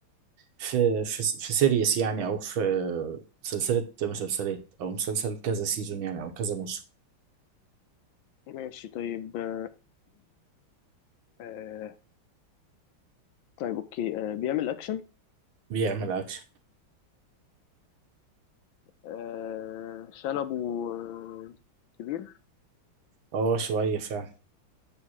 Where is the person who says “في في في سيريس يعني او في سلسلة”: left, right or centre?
Right